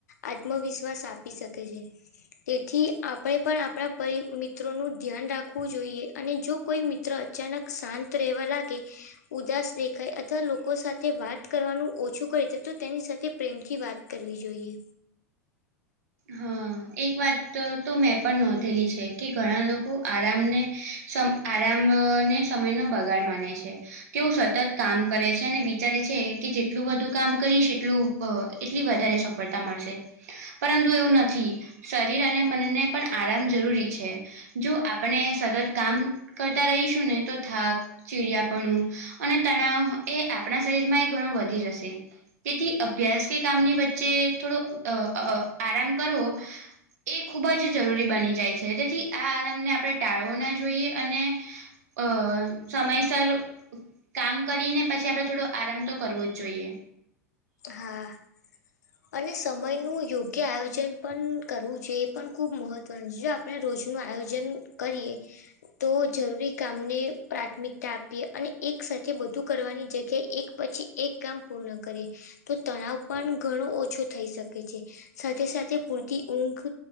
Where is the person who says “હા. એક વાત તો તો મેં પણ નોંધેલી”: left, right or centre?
Right